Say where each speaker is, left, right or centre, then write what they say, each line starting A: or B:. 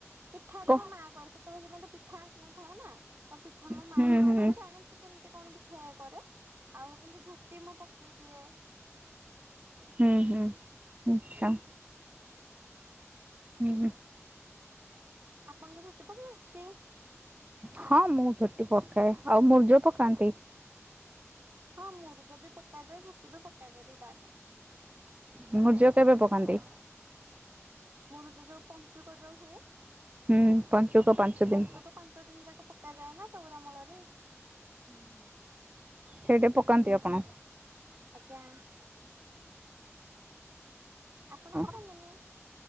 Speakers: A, on the right; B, on the right.
A: ପିଠା
B: କ
A: ମୋ ମା କରେ ସେତେବେଳେ ସେ ମତେ ପିଠା ଆସି ନଥାଏ ନା ତ ପିଠା ମୋ
B: ହୁଁ
A: ମାଆ କରେ
B: ହୁଁ
A: ମୁଁ ଜାଣିନି ସେ କେମିତି କଣ ପିଠା ଠା କରେ ଆଉ କିନ୍ତୁ ଝୋଟି ମୁଁ ପକେଇ ଦିଏ
B: ହୁଁ ହୁଁ ଆଛା। ହୁଁ ହୁଁ।
A: ଆପଣଙ୍କୁ ଝୋଟି ପକେଇ ଆସିଛି?
B: ହଁ ମୁଁ ଝୋଟି ପକାଏ। ଆଉ ମୁର୍ଜ ପକାନ୍ତି?
A: ହଁ ମୁରୁଜ ବି ପକାଯାଏ। ଝୋଟି ବି ପକାଯାଏ ଦିଟାଯାକ।
B: ମୁରୁଜ କେବେ ପକାନ୍ତି?
A: ମୁରୁଜ ତ ଯୋଉ ପଞ୍ଚୁକ ଯୋଉ ହୁଏ
B: ହୁଁ ପଞ୍ଚୁକ ପାଞ୍ଚ
A: ପଞ୍ଚୁକ
B: ଦିନ
A: ପାଞ୍ଚ ଦିନ ଯାକ ପକାଯାଏ ନା ଚଉରା ମୂଳରେ।
B: ସେଟା
A: ହୁଁ
B: ପକାନ୍ତି ଆପଣ?
A: ଆଜ୍ଞା ଆପଣ
B: ହଁ
A: ପକାନ୍ତିନି?